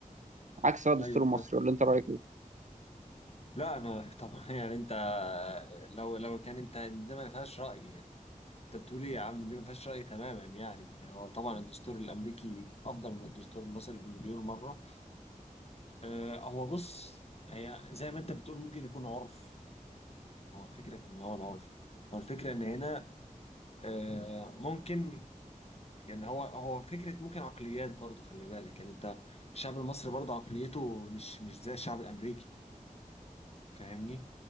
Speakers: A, on the right; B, on the left.
A: عكس بقى الدستور
B: ايوه
A: المصري ولا انت رايك ايه؟
B: لا انا <laughs> طبعا يعني انت لو لو كان انت ده ما فيهاش راي يعني انت بتقول ايه يا عم دي ما فيهاش راي تماما يعني هو طبعا الدستور الامريكي افضل من الدستور المصري بمليون مره آه هو بص هي زي ما انت بتقول ممكن يكون عرف هو الفكره في ان هو العرف هو الفكره ان هنا آه ممكن يعني هو هو فكره ممكن عقليات برضو خلي بالك يعني انت الشعب المصري برضو عقليته مش مش زي الشعب الامريكي فاهمني